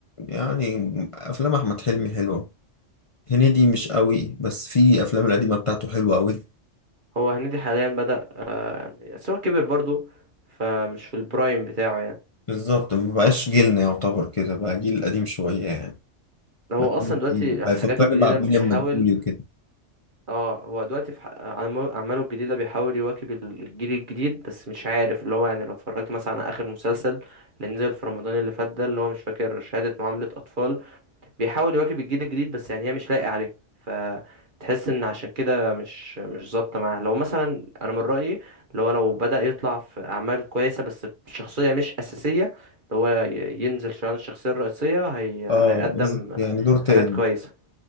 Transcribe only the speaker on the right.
هو هنيدي حاليا بدأ آه، يعني بس هو كبر برضو فمش في البرايم بتاعه يعني
هو
اصلا
دلوقتي
حاجاته الجديدة
بيحاول
اه هو دلوقتي في ح- أعمال- اعماله الجديده بيحاول يواكب الجيل الجديد بس مش عارف اللي هو يعني لو اتفرجت مثلا على اخر مسلسل اللي نزل في رمضان اللي فات ده اللي هو مش فاكر شهاده معامله اطفال بيحاول يواكب الجيل الجديد بس يعني هي مش لايقه عليه فتحس ان عشان كده مش مش ظابطه معاه لو مثلا انا من رايي اللي هو لو بدا يطلع في اعمال كويسه بس بشخصيه مش اساسيه اللي هو ي- ينزل شان الشخصيه الرئيسيه هي...
هيقدم
حاجات كويسه